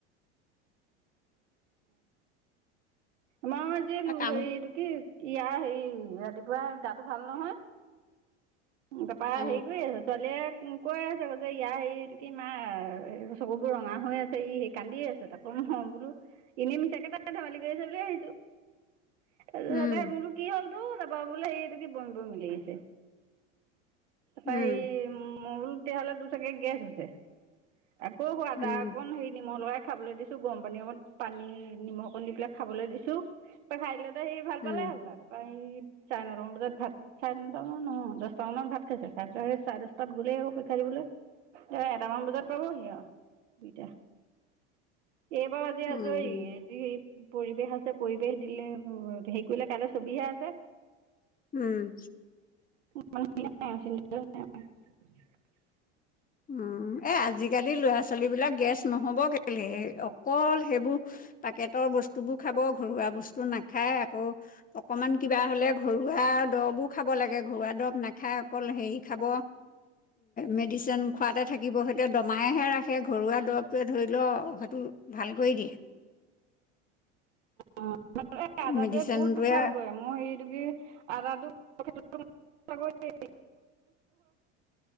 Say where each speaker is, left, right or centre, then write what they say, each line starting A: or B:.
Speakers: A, on the right; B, on the left.
A: <unintelligible> আমাৰ যে হেৰি
B: কাম
A: এইটো কি ইয়াৰ হেৰি ৰাতিপুৱা গাটো ভাল নহয় তাৰাপা
B: অ
A: হেৰি কৰি আছ ছোৱালীয়ে উ কৈ আছছে আৌ যে ইয়া এইটো কি মা চকুবোৰ ৰঙা হৈ আছে ই সেই কান্দি আছে তাৰপ অ বোলো এনেই মিছাকে তাকে ধেমালি কৰি আছে বুলিিয় ভাবিছো
B: উম
A: ত মোৰতো কি হ'ল তো তাৰপৰা বোলে হে এইটো কি বমি বমি লাগিছে
B: উম
A: তাৰপৰা হেৰি মই বুলো তেতিয়াহ'লে তোৰ চাগে গেছ হৈছে আকৌ সোৱাদা
B: উম
A: অণ হেৰি নিমখ লগাই খাবলৈ দিছো গৰম পানী অকত পানী নিমখ অকণ দি পেলাই খাবলৈ দিছো ত খাই ল সি ভাল
B: উম
A: পালে হে বোলা তাৰপা চাৰে নটাামান বজাত ভাত চাৰে নটা মান ন দহটা মানত ভাত খাইছে খাই চাৰে দহটাত গলে আকৌ শি খাই এ এটামান বজাত পাব হি আও দিয়া এইবাৰ আজি
B: উম
A: আজৰি এই পৰিৱেশ আছে পৰিৱেশ দিলে হেৰি কৰিলে কাইলৈ ছবিহে আছে
B: উম
A: নন্ধ ন
B: উম এ আজি িকালি ল'ৰা ছোৱালী বিলাক গেছ নহ'ব কেলে অকল সেইবোৰ পেকেটৰ বস্তুবোৰ খাব ঘৰুৱা বস্তু নাখায় আকৌ অকমান কিবা হ'লে ঘৰুৱা দৰবো খাব লাগে খোৱা দৰৱ নাখায় অকল হেৰি খাব মেডিচিন। খোৱাতে থাকিব সেইটো দমাইহে ৰাখে ঘৰুৱা দৰৱটোৱে ধৰি ল সটো ভাল কৰি দিয়ে।
A: অ' আদাটোৱে
B: মেডিচিনটোৱে
A: বহুত ভাল কৰে মোৰ হেৰিটো কি আদাটো <inaudible> <unintelligible> হেৰি